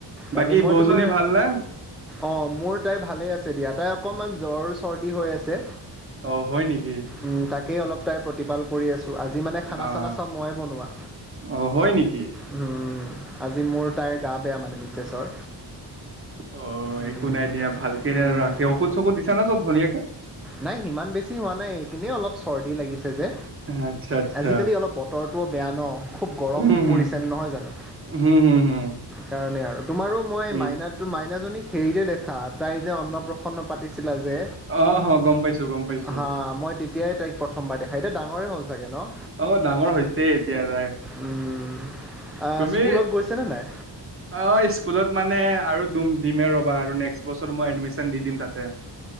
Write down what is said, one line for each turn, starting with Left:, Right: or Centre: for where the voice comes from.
Right: বাকী
Centre: তাকে মই
Right: বৌজনী
Centre: তোমাৰ
Right: ভাল না
Centre: অ' মোৰ তাই ভালেই আছে দিয়া, তাই অকণমান জ্বৰ, চৰ্দি হৈ আছে।
Right: অ' হয় নেকি?
Centre: উম তাকেই অলপ তাইৰ প্ৰতিপাল কৰি আছোঁ, আজি মানে খানা
Right: আহ
Centre: - চানা চ'ব মই বনোৱা।
Right: অ হয় নেকি
Centre: উম, আজি মোৰ তাইৰ গা বেয়া মানে মিছেছৰ।
Right: অ'
Centre: উম,
Right: একো নাই দিয়া ভালকে
Centre: উম,
Right: আৰু ৰাতি ঔষধ সৌষধ দিছা নে চ'ব ভনীয়েকে?
Centre: নাই সিমান বেছি হোৱা নাই এনেই অলপ চৰ্দী লাগিছে যে
Right: আচ্ছা আচ্ছা
Centre: আজিকালি অলপ ব তৰটোও বেয়া ন' খুব গৰম
Right: হম হম
Centre: পৰিছে নহয় জানো।
Right: হম হম হম
Centre: কাৰণে আৰু তোমাৰো মই
Right: এই-
Centre: মাইনাক তোৰ মাইনাজনী হেৰিতে দেখা, তাই যে অন্ন প্ৰসন্ন পাতিছিলা যে।
Right: অহ', হ' গম পাইছো গম পাইছো
Centre: হা', মই তেতিয়াই তাইক প্ৰথমবাৰ দেখা, এতিয়া ডাঙৰেই হ'ল চাগে ন?
Right: অ', ডাঙৰ হৈছেই এতিয়া তাই,
Centre: উম, আহ,
Right: তুমি
Centre: স্কুলত গৈছেনে নাই
Right: অ', স্কুলত মানে আৰু দুম দিমে ৰ'বা আৰু নেক্সট বছৰ মই এডমিশন দি দিম তাতে।